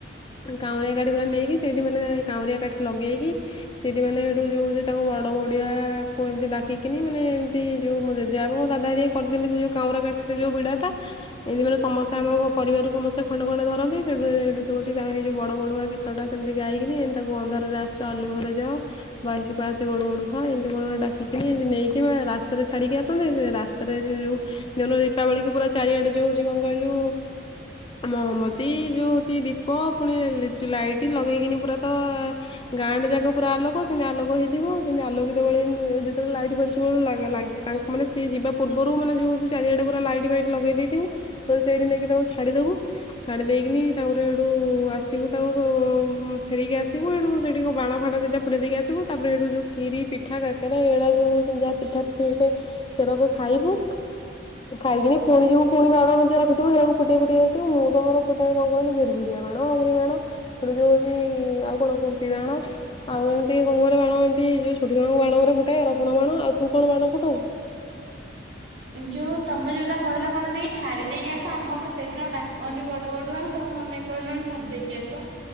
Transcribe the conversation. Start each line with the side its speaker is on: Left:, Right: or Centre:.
Left: କାଉଁରିଆ କାଠି ପୁରା ନେଇକି ସେଇଠି ମାନେ କାଁଉରିଆ କାଠି ଲଗେଇକି ସେଇଠି ମାନେ ଏଠୁ ଯୁ ତାଙ୍କ ବଡ ବଡିଆକୁ ଏମିତି ଡାକିକିନି ମାନେ ଏମିତି ଯୋଉ ମ ଜା ବଉ ମୋ ଦାଦା ହାରିକା କରିଦିଅନ୍ତି ସେ ଯୋଉ କାଉଁରିଆ କାଠୀରେ ଯୋଉ ବିଡା ଟା ଏମିତି ମାନେ ସମସ୍ତେମଙ୍କ ପରିବାରରୁ ସମସ୍ତେ ଖଣ୍ଡେ ଖଣ୍ଡେ ଧରନ୍ତି ସେଠୁ ହେଠୁ ହଉଚି ତା ହେଇ ଯୋଉ ବଡ ବ ନୂଆ ଗୀତ ଟା ସେମିତି ଗାଇକିନି ଏମିତି ତାକୁ ଅନ୍ଧାରରେ ଆସିଚ ଆଲୁଅ ଘରେ ଯାଅ ବାଇଶି ପାହଚେ ଗୋଡୁ ଗଡୁ ଥା ଏମିତି କଁ ଡାକିକି ଏମି ନେଇକି ରାସ୍ତାରେ ଛାଡିକି ଆସନ୍ତି ରାସ୍ ତାରେ ଯୋଉ ଯୋ ଦିନ ଦୀପାବଳିକୁ ପୁରା ଚାରିଆଡେ ଯୋ ହଉଚି କଣ କହିଲୁ ମହମବତୀ ଯୁ ହଉଚି ଦୀପ ପୁଣି ଲିଚୁ ଲାଇଟି ଲଗେଇକିନି ପୁରା ତ ଗାଁଣ୍ଡେ ଯାକ ପୁରା ଆଲୋକ ସେମିତି ଆଲୋକ ହେଇଥିବ ସେମିତି ଆଲୋକିତ ବେଳେ ଯେତବେଳେ ଲାଇଟ୍ ଫାଇଟ୍ ସବୁ ଲା ଲା ତାଙ୍କ ମାନେ ସିଏ ଯିବା ପୂର୍ବରୁ ମାନେ ଯଉ ହଉଚି ଚାରିଆଡେ ପୁରା ଲାଇ <inaudible> ଲଗେଇ ଦେଇଥିବୁ ସେଇଠି ନେଇକି ତାକୁ ଛାଡିଦବୁ। ଛାଡି ଦେଇକିନି ତାପରେ ହେଠୁ ଆସିବୁ ତାଙ୍କୁ ଫେରିକି ଆସିବୁ ହେଠୁ ସେଠିକଣ ବାଣ ଫାଣ ଦିଟା ଫୁଟେଇ ଦେଇକି ଆସିବୁ ତାପରେ ହେଇଠୁ ଯୁ ଖିରି ପିଠା କା କାହିଁକିନା ଏଇଡା ଯୋଉ ଯାହା ପିଠା ପିଠି ହେଇଥାଏ ସେରାକୁ ଖାଇବୁ ଖାଇକିନି ପୁଣି ପୁଣି ବାଣ ମେଞ୍ଚେ ରଖିଥିବୁ ସେଇରାକୁ ଫୁଟେଇ ଫୁଟେଇ ଆସିବୁ ମୁଁ ତ ମୋର ଫୁଟାଏ କଣ କହିଲୁ ଝୁରୁଝୁରିଆ ବାଣହଗୁରି ବାଣ ସେଇଟା ଯୋଉ ହଉଛି ଆଉ କଣ କୁମ୍ପି ବାଣ ଆଉ ଏମିତି କଣ କରେ ବାଣ ଏମତି ଯୋଉ ଛୋଟ ବାଣ ଗୁରା ଫୁଟାଏ ରସୁଣ ବାଣ ଆଉ ତୁ କଣ ବାଣ ଫୁଟୁ
Right: ଯେଉଁ ତମେ ଯଉଟା କହିଲ କଣ ନେଇକି ଛାଡ଼ି ଦେଇକି ଆସ ଆମର ତ ସେଇଦିନ ଡାକନ୍ତି ବଡ଼ ବଡ଼ୁଆଙ୍କୁ ତମେ କଣ ନେଇକ କହିଲଣି ଛାଡି ଦେଇକି ଆସ।